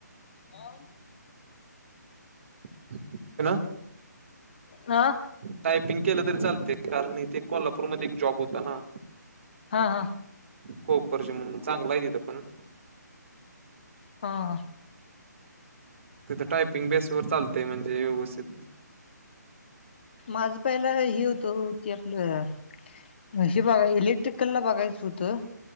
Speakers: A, on the left; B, on the right.
A: अं.
B: हॅलो.
A: हा.
B: टायपिंग केलं तरी चालतंय, कारण इथे कोल्हापूरमध्ये एक जॉब होता ना.
A: हा हा.
B: कोपरज म्हणून चांगला आहे तथं पण
A: हा
B: तिथं टायपिंग बेसवर चालतेय म्हणजे व्यवस्थित
A: माझं पहिला हे होतं ते आपलं हे बघा इलेक्ट्रिकलला बघायचं होतं